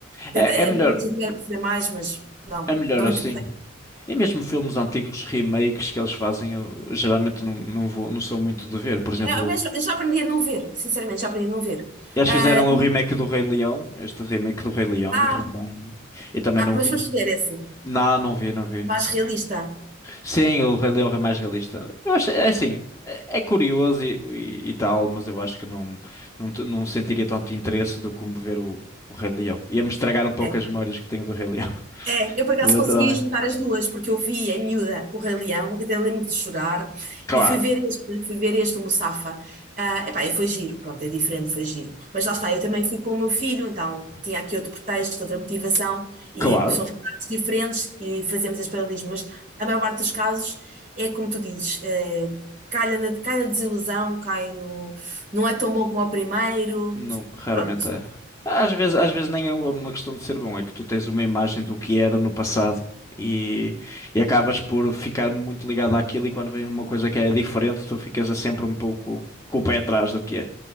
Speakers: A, on the right; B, on the left.
A: Tenta-
B: É, é melhor,
A: A minha objetivo era perceber mais, mas não,
B: é melhor
A: não me
B: assim.
A: interessei.
B: E mesmo filmes antigos, remakes que eles fazem, eu geralmente não, não vou, não sou muito de ver. Por exemplo,
A: É, mas eu já aprendi a não ver, sinceramente, já aprendi a não ver.
B: eles
A: Ah,
B: fizeram o
A: e-
B: remake do Rei Leão, este remake do Rei Leão,
A: ah,
B: e também, e também
A: ah,
B: não
A: mas
B: vi.
A: foste ver esse,
B: Não, não vi, não vi.
A: mais realista.
B: Sim, o Rei Leão é mais realista. Eu acho, é assim, é é curioso e, e- e tal, mas eu acho que não, não, te- não sentiria tanto interesse do como ver o, o Rei Leão. Ia-me estragar um pouco
A: É.
B: as memórias que tenho do Rei Leão.
A: É,
B: <laughs>
A: eu por acaso
B: Literalmente.
A: consegui juntar as duas, porque eu vi em miúda o Rei Leão, que até lembro de chorar,
B: Claro,
A: e fui ver este, fui ver este o Mufasa. Ah, epá, e foi giro, pronto, é diferente, foi giro. Mas lá está, eu também fui com o meu filho, então tinha aqui outro pretexto, outra motivação, e
B: claro.
A: são realidades diferentes e fazemos as paralelas, mas a maior parte dos casos é como tu dizes, eh, calha na, cai na desilusão, cai no. Não é tão bom como o primeiro.
B: Não, raramente
A: Pronto,
B: é. Às vezes, às vezes nem é uma questão de ser bom, é que tu tens uma imagem do que era no passado e, e acabas por ficar muito ligado àquilo e quando vem uma coisa que é diferente, tu ficas sempre um pouco com o pé atrás do que é.